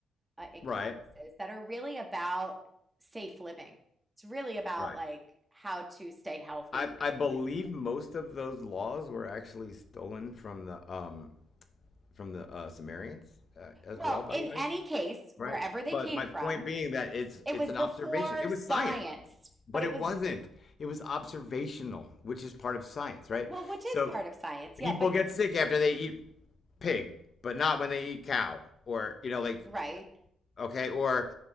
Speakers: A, on the right; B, on the left.
A: uh, encompasses
B: Right.
A: that are really about safe living. It's really about
B: Right.
A: like how to stay healthy
B: I
A: and
B: I believe
A: clean.
B: most of those laws were actually stolen from the um from the uh, Sumerians uh, as
A: Well,
B: well. By
A: in
B: the way.
A: any case, wherever
B: Right.
A: they
B: But
A: came
B: my
A: from,
B: point being that it's
A: it
B: it's
A: was
B: an
A: before
B: observation. It
A: science,
B: was science, but
A: but it
B: it
A: was,
B: wasn't. It was observational, which is part of science, right?
A: well, which
B: So
A: is part of science. Yeah,
B: people
A: but
B: get sick after they eat pig, but not when they eat cow or you know like
A: right.
B: okay or